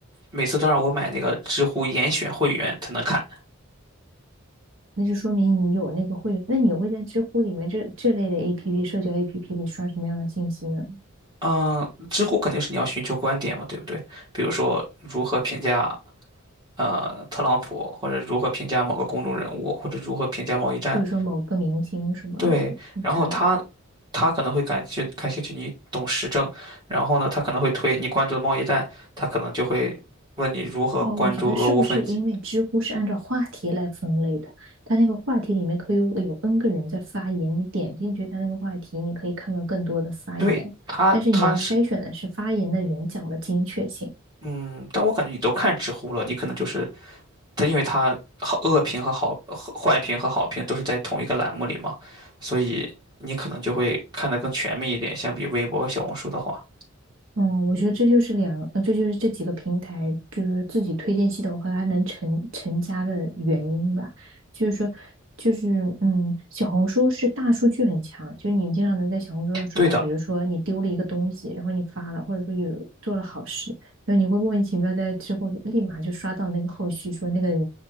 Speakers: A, on the right; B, on the right.
A: 每次都让我买那个知乎严选会员才能看。
B: 那就说明你有那个会，员。那你会在知乎里面这这类的 APP 社交 APP 里刷什么样的信息呢？
A: 嗯，知乎肯定是你要寻求观点嘛，对不对？比如说如何评价呃特朗普，或者如何评价某个公众人物，或者如何评价贸易战。
B: 或者说某个明星什么
A: 对，然后他
B: 之类的？
A: 他可能会感觉感兴趣你懂时政，然后呢，他可能会推你关注的贸易战，他可能就会问你如何关注俄乌分歧。
B: 哦，我觉得是不是因为知乎是按照话题来分类的？它那个话题里面可以有有 N 个人在发言，你点进去它那个话题，你可以看到更多的发言，
A: 对，他他是
B: 但是你要筛选的是发言的人讲的精确性。
A: 嗯，但我感觉你都看知乎了，你可能就是。它因为它好恶评和好和坏评和好评都是在同一个栏目里嘛，所以你可能就会看得更全面一点，相比微博和小红书的话。
B: 嗯，我觉得这就是两，呃，这就是这几个平台，就是自己推荐系统和它能成成家的原因吧。就是说，就是嗯，小红书是大数据很强，就是你经常能在小红书上刷到，
A: 对的，
B: 比如说你丢了一个东西，然后你发了，或者说有做了好事，然后你会莫名其妙在之后立马就刷到那个后续，说那个人